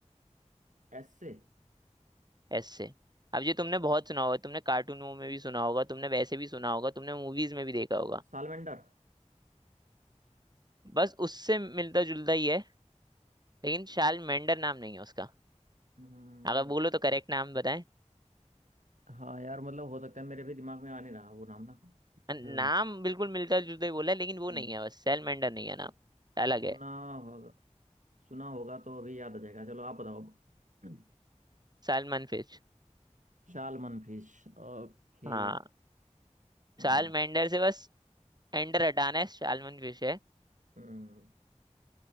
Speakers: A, on the right; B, on the right.
A: एस से
B: एस से अब ये तुमने बहुत सुना होगा तुमने कार्टूनों में भी सुना होगा तुमने वैसे भी सुना होगा तुमने मूवीज में भी देखा होगा
A: सालमेंडर
B: बस उससे मिलता जुलता ही है लेकिन शाल मेंडर नाम नहीं है उसका
A: हम्म,
B: अगर बोलो तो करेक्ट नाम बताएं
A: हाँ यार मतलब हो सकता है मेरे भी दिमाग में आ नहीं रहा वो नाम ना अच्छा
B: अ, नाम बिल्कुल मिलता जुलता ही बोला है लेकिन वो
A: हम्म
B: नहीं है बस शाल मेंडर नहीं
A: सु,
B: है नाम अलग
A: सुना
B: है
A: होगा सुना होगा तो अभी याद आ जाएगा चलो आप बताओ अब
B: Salmon fish
A: Salmon fish ओके
B: हाँ
A: हम्म
B: शाल मेंडर से बस एंडर हटाना है सालमन फिश है
A: हम्म,